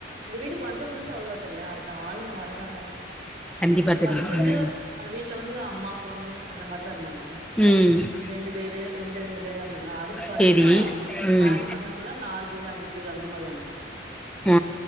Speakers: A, on the right; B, in the centre.
A: இந்த வீட்டுக்கு வந்த புதுசுல அவ்ளவா தெர்ல அடுத்து ஆளுங்க வர வர
B: கண்டிப்பா
A: ஃபஸ்ட்டு
B: தெரியு
A: வந்து
B: ம்
A: அந்த வீட்ல வந்து அம்மா பொண்ணு அந்த மாரிதா இருந்தாங்க
B: ம்
A: ரெண்டு பேரு ரெண்டு ரெண்டு பேரா இருந்தாங்க அடுத்து பாத்தீங்ன்னா
B: சேரி ம்
A: காலி பண்ணவங்கலா நாலுப் பேர் அஞ்சு பேரு அந்த மாரி வந்
B: ஆ